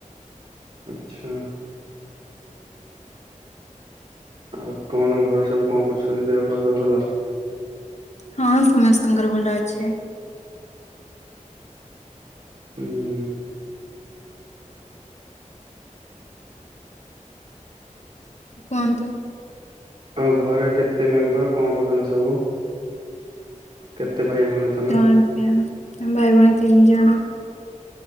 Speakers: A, on the right (about 50°); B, on the left (about 60°).
A: ଆଚଛା। ଆଉ କଣ ଘରେ ସବୁ କଣ କରସାରିଲେ, ଦେହ ପା ସବୁ ଭଲ?
B: ହଁ ସମସ୍ତଙ୍କର ଭଲ ଅଛି।
A: ହୁଁ
B: କୁହନ୍ତୁ।
A: ଆଉ ଘରେ କେତେ ମେମ୍ବର? କଣ କରୁଛନ୍ତି ସବୁ? କେତେ ଭାଇ ଭଉଣୀ ତମେ?
B: <unintelligible> ଭାଇ ଭଉଣୀ ତିନି ଜଣ।